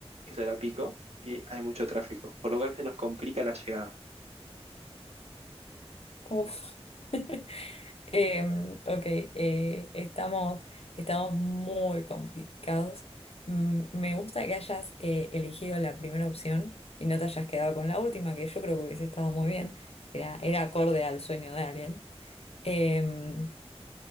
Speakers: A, on the right; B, on the left.
A: es hora pico y hay mucho tráfico, por lo cual se nos complica la llegada.
B: Uf. <laughs> Em, ok, eh, estamos, estamos muy complicados. Mm, me gusta que hayas eh, elegido la primera opción y no te hayas quedado con la última, que yo creo que hubiese estado muy bien. Era, era acorde al sueño de alguien. Em,